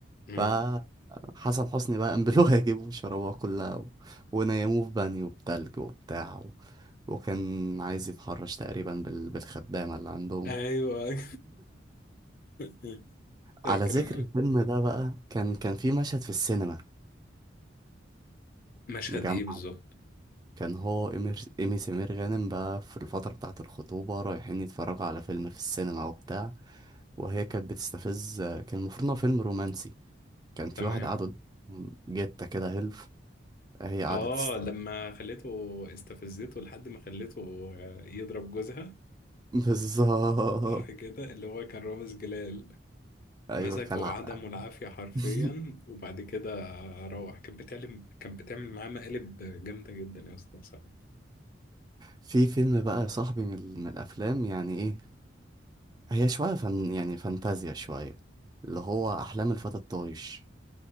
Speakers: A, on the left; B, on the right.
A: مم.
B: فحسن حسني بقى قام <laughs> يجيبوا شربوها كلها و... ونيموه في بانيو بتلج وبتاع و... وكان عايز يتحرش تقريبا بال... بالخدامة اللي عندهم
A: ايوه <laughs> فاكر
B: على ذكر
A: انا
B: الفيلم ده بقى كان كان في مشهد في السينما
A: مشهد
B: مجمع
A: ايه بالظبط
B: كان هو إمير- إيمي سمير غانم بقى في الفترة بتاعة الخطوبة رايحين يتفرجوا على فيلم في السينما وبتاع وهي كانت بتستفز كان المفروض إن هو فيلم رومانسي كان في
A: تمام
B: واحد قاعد قدام جتة كده هيلف هي قعدت
A: اه
B: تست...
A: لما خليته استفزته لحد ما خليته آه، يضرب جوزها
B: <laughs> بالظبط
A: صح كده اللي هو كان رامز جلال
B: أيوة
A: مسكه
B: كالعادة
A: عدمه العافية حرفيا
B: <laughs>
A: وبعد كده روح كانت بتعمل كانت بتعمل معاه مقالب جامدة جدا يا اسطى بصراحة
B: في فيلم بقى يا صاحبي من, ال- من الأفلام يعني إيه هي شوية فن يعني فانتازيا شوية اللي هو أحلام الفتى الطايش